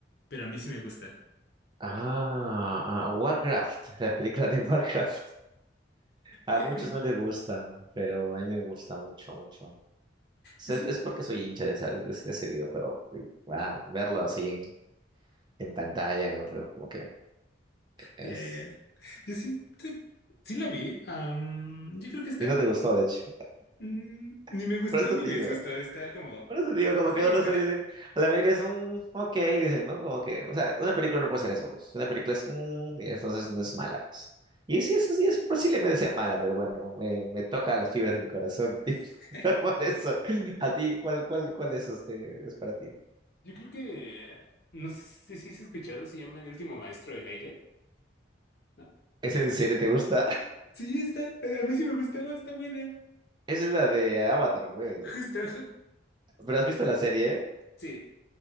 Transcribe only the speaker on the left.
pero a mí sí me gusta?
Ya,
Yo siento,
ya, ya. Yo siento, sí la vi. Um, yo creo que está.
Mm, ni
me gustó
ni
me
disgustó. Está como.
Ahí
está.
<laughs>
Yo creo que, no sé si has escuchado, se llama El último maestro del aire. ¿no?
Sí, está. A mí sí me gustó. Está buena.
Justo.
Sí,